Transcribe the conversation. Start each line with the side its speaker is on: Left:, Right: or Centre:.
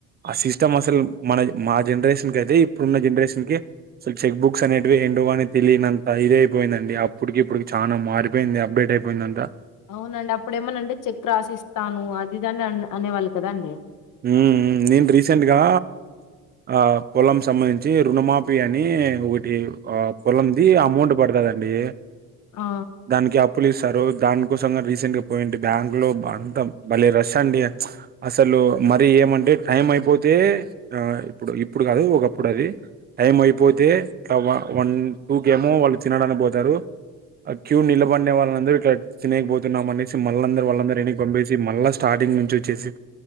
Right: ఆ సిస్టమ్ అసలు మనది మా జెన్రేషన్ గదే ఇప్పుడున్న జన్రేషన్ కి సో చెక్ బుక్స్ అనేటివి ఏంటో అని తెలియనంత ఇది అయిపోయిందండి అప్పటికి ఇప్పుడుకి చానా మారిపోయింది అప్డేట్ అయిపోయింది అంత
Left: అవునండి అప్పుడేమనా అంటే చెక్ రాసిస్తాను అది ఇది అని అనేవాళ్ళు కదా అండి
Right: మ్ మ్ నేను రీసెంట్గా అ పొలం సంబంధించి రుణమాఫీ అని ఒకటి అ పొలంది అమౌంట్ పడతది అండి
Left: ఆ!
Right: దానికి అప్పులు ఇస్తారు దానన్ కోసంగా రీసెంట్ గా పోయింటి బ్యాంక్ లో అంతా భలే రష్ అండి అసలు మరి ఏమంటే టైం అయిపోతే ఇప్పుడు ఇప్పుడు కాదు ఒకప్పుడు అది టైం అయిపోతే ఇట్లా వన్ టూ కేమో వాళ్లు తినడానికి పోతారు క్యూ నిలబడిన వాళ్ళందరూ ఇట్లా తినయకపోతున్నామం అనేసి మళ్ళందరూ వాళ్ళందరూ ఎన్నికి పంపేసి మళ్ళా స్టార్టింగ్ నుంచి వచ్చేసి